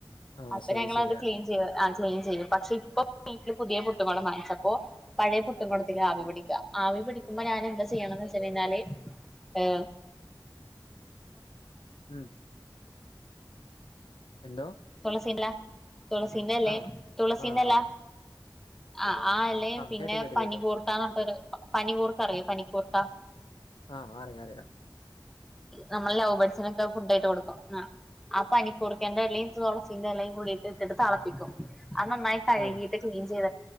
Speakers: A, on the left (about 80°); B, in the centre.
A: ആ
B: അപ്പഞങ്ങളത്
A: ശരി ശരിയാ
B: ക്ലീൻ ചെയ്യായിര്ന്നു. ക്ലീൻ ചെയ്യും പക്ഷെ ഇപ്പൊ വീട്ടില് പുതിയ പുട്ടുങ്കൊടം വങ്ങിച്ചപ്പോ പഴേ പുട്ടു ആവി പിടിക്കാ. ആവി പിടിക്കുമ്പോ ഞാന് എന്താ ചെയ്യണേന്ന് വെച്ച് കഴിഞ്ഞാല് ഏ
A: മ് എന്തോ
B: തോളസിന്റല തൊളസീന്റെലേം
A: ആ
B: തുളസീന്റെല.
A: ആ ആ
B: ആഹ് ആ എലേം പിന്നെ
A: കേട്ടു കേട്ടു
B: പനികൂർത്താ
A: കേട്ടു
B: എന്ന്ട്ടൊരു പനികൂർക്ക അറിയോ പനിക്കൂർത്ത
A: ആഹ് അറിയ അറിയ
B: നമ്മള് ലൗബേർഡ്സിനൊക്കെ ഫുഡ്ഡ് കൊട്ക്കും ആഹ് ആ പനി കൂർക്കന്റെലീം തൊള ചിന്തല്ലയും കൂടീട്ട് ന്ന്ട്ട് തളപ്പിക്കും അത് നന്നായിട്ട കഴുകിയിട്ട്
A: ആ
B: ക്ലീൻ ചെയ്ത